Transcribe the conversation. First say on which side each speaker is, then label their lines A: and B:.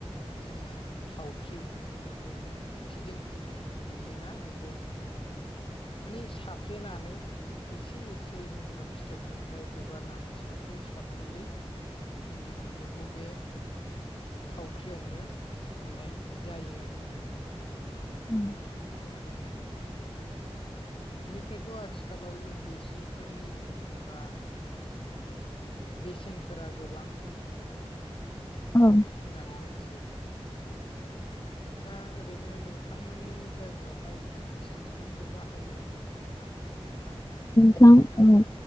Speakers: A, on the left; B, on the left.
A: जोङो थावख्रि जेनोखि जोङो फिदिं फिदिं लुयोना बेखौ माने साफ्र्लेनानै एसे एसे जेनेबा फिथोबनिफ्राय हगारनानै साफ्रे साफ्रेयै इन्दि खुन्दुंखौ बे थावख्रियावनो लुनाय जायो आरो आरोखियो
B: <inaudible>
A: ओरैनो बिनिफ्रायथ' आथिखालाव इन्दि सिफोरनि जेनेबा बेसेनफोरा गोबां
B: औ
A: होननानै मिथियो दा ओरैनो नोंथांमोननि जायगायावहाय इन्दि सिफोरखौ बाहायनाय नुयोना नुआ थाङा
B: फ्लां अ